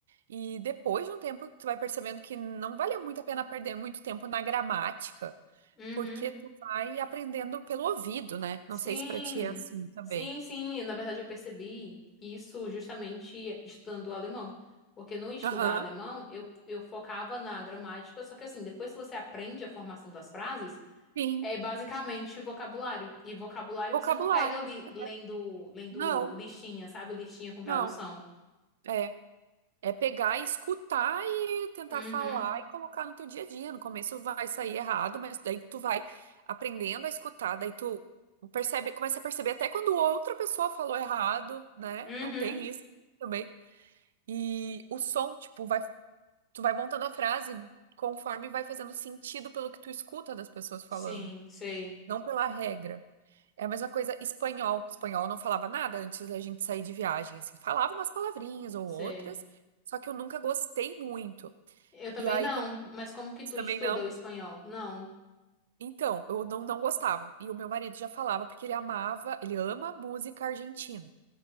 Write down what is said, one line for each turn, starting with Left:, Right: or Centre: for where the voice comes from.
Right: E depois de um tempo, tu vai percebendo que não vale muito a pena perder muito tempo na gramática.
Left: Uhum.
Right: Porque tu vai aprendendo pelo ouvido, né?
Left: Sim,
Right: Não sei se pra ti é assim também.
Left: sim, sim. Na verdade, eu percebi isso justamente estudando o alemão. Porque no estudar
Right: Aham.
Left: alemão, eu, eu focava na gramática, só que assim, depois que você aprende a formação das frases,
Right: Sim.
Left: é basicamente vocabulário. E vocabulário
Right: Vocabulário.
Left: você não pega ali lendo,
Right: É.
Left: lendo
Right: Não,
Left: listinha, sabe? Listinha com tradução.
Right: não. É. É pegar e escutar e tentar
Left: Uhum,
Right: falar e colocar no teu dia a dia. No começo vai sair errado, mas daí tu vai aprendendo a escutar, daí tu percebe, começa a perceber até quando outra pessoa falou errado, né?
Left: uhum.
Right: Não tem isso também. E o som, tipo, vai, tu vai montando a frase conforme vai fazendo sentido pelo que tu escuta das pessoas falando.
Left: Sim, sei,
Right: Não pela regra. É a mesma coisa espanhol. Espanhol eu não falava nada antes da gente sair de viagem, assim, falava umas palavrinhas ou
Left: sei.
Right: outras, só que eu nunca gostei muito.
Left: Eu também
Right: E aí
Left: não,
Right: quando
Left: mas como que tu
Right: também
Left: estuda
Right: não,
Left: o espanhol? Não,
Right: então, eu não não gostava. E o meu marido já falava porque ele amava, ele ama música argentina.